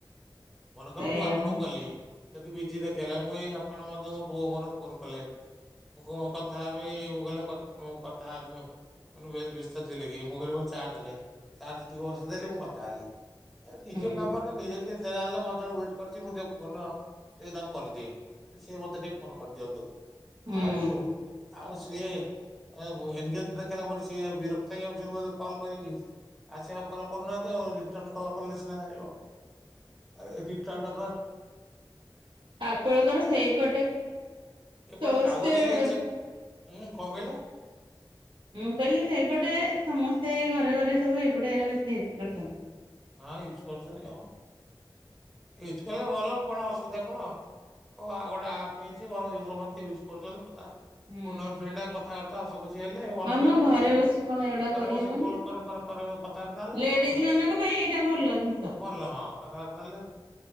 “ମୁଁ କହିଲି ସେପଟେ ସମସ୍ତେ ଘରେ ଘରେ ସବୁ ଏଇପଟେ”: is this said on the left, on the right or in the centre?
Right